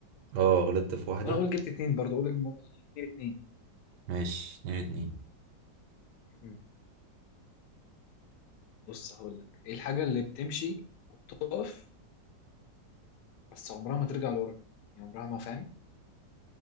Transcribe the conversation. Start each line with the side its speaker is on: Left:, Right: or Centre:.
Right: اه غلطت في واحدة
Left: وانا اقول جبت اتنين برضه اقول المهم اتنين اتنين
Right: ماشي اتنين اتنين
Left: مم. بص هقول لك ايه الحاجه اللي بتمشي وبتقف بس عمرها ما ترجع لورا يعني عمرها ما فاهم